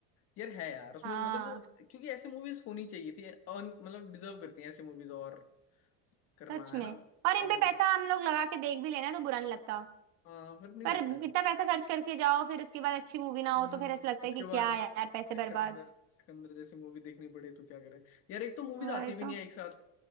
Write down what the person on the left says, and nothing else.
यार है यार उसमें
मतलब वो क्योंकि ऐसी मूवीज होनी चाहिए थी अर्न मतलब डिजर्व करती हैं ऐसी मूवीज और करना
है
ना
earn-
हाँ फिर नहीं
लगता है यार।
हम्म
उसके
बाद
सिकंदर
सिकंदर जैसी मूवी देखनी पड़े तो क्या करें यार एक तो मूवीज
आती भी
नहीं है एक साथ